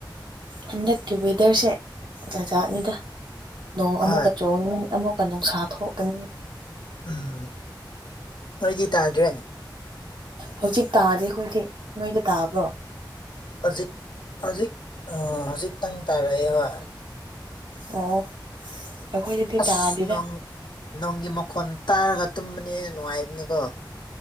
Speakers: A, on the right; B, on the left.
A: ꯍꯟꯗꯛꯀꯤ ꯋꯦꯗꯔꯁꯦ ꯖꯥꯖꯥꯠꯅꯤꯗ ꯅꯣꯡ ꯑꯃꯨꯛꯀꯥ
B: ꯍꯣꯏ
A: ꯆꯨꯒꯅꯤ ꯑꯃꯨꯛꯀꯥ ꯅꯨꯡꯁꯥ ꯊꯣꯛꯀꯅꯤ
B: ꯎꯝ ꯅꯣꯏꯗꯤ ꯇꯥꯗ꯭ꯔꯦ
A: ꯍꯧꯖꯤꯛ ꯇꯥꯗꯤ ꯑꯩꯈꯣꯏꯗꯤ ꯅꯣꯏꯗ ꯇꯥꯕ꯭ꯔꯣ
B: ꯍꯧꯖꯤꯛ ꯍꯧꯖꯤꯛ ꯍꯧꯖꯤꯛꯛꯇꯪ ꯇꯥꯔꯛꯑꯦ ꯍꯣꯏ
A: ꯑꯣ ꯑꯩꯈꯣꯏꯗꯗꯤ
B: ꯑꯁ
A: ꯇꯥꯗꯦꯗ
B: ꯅꯣꯡ ꯅꯣꯡꯒꯤ ꯃꯈꯣꯟ ꯇꯥꯔꯒ ꯇꯨꯝꯕꯅꯦꯅ ꯅꯨꯡꯉꯥꯏꯕꯅꯤꯀꯣ